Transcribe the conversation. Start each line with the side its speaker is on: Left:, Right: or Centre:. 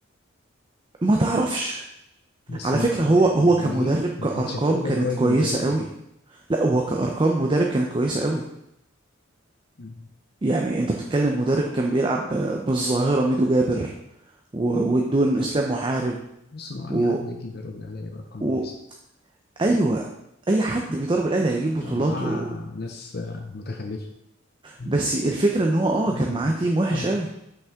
Right: ما تعرفش
Left: بس
Right: على
Left: ما-
Right: فكرة
Left: ال-
Right: هو
Left: الجماهير
Right: هو كمدرب كأرقام
Left: ما كانتش هترضى
Right: كانت
Left: ان هو يجي
Right: كويسة
Left: مدرب
Right: قوي
Left: تاني
Right: لا هو كأرقام مدرب كانت كويسة قوي
Left: مم.
Right: يعني انت بتتكلم مدرب كان بيلعب ب- بالظاهرة ميدو جابر و- والدون اسلام محارب
Left: بص مع
Right: و...
Left: اي حد يجي يدرب الاهلي هيبقى ارقام
Right: و...
Left: كويسه
Right: ايوه اي حد بيضرب الاهلي هيجيب بطولات
Left: كان معاه
Right: و...
Left: ناس آه، متخلفه مم.
Right: بس الفكرة ان هو اه كان
Left: ايوه
Right: معاه تيم وحش
Left: طبعا
Right: قوي